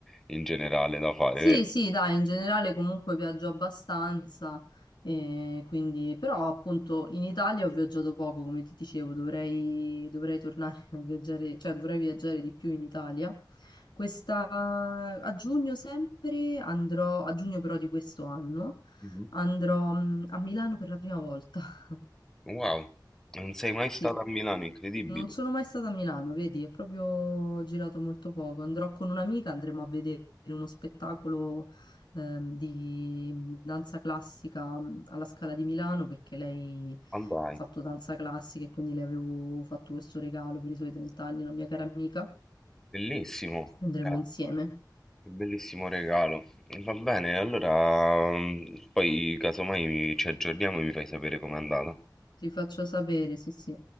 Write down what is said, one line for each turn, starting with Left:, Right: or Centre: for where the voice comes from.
Centre: in generale da fare,
Left: Sì,
Centre: vero?
Left: sì, dai, in generale comunque viaggio abbastanza, eh, quindi, però appunto in Italia ho viaggiato poco, come ti dicevo, dovrei, dovrei tornare <laughs> a viaggiare, cioè dovrei viaggiare di più in Italia. Questa, a giugno sempre andrò, a giugno però di questo anno,
Centre: Mhm.
Left: andrò mm, a Milano per la prima volta, <laughs>
Centre: Wow, non sei mai
Left: sì.
Centre: stato a Milano, incredibile.
Left: Non sono mai stata a Milano, vedi, ho proprio girato molto poco. Andrò con un'amica, andremo a vedere uno spettacolo ehm, di danza classica mm, alla Scala di Milano perché lei
Centre: Andai,
Left: ha fatto danza classica e quindi le avevo fatto questo regalo per i suoi 30 anni, una mia cara amica,
Centre: bellissimo,
Left: e andremo
Centre: eh,
Left: insieme.
Centre: che bellissimo regalo. Va bene, allora mm, poi casomai mi- ci aggiorniamo e mi fai sapere com'è andata.
Left: Ti faccio sapere, sì, sì.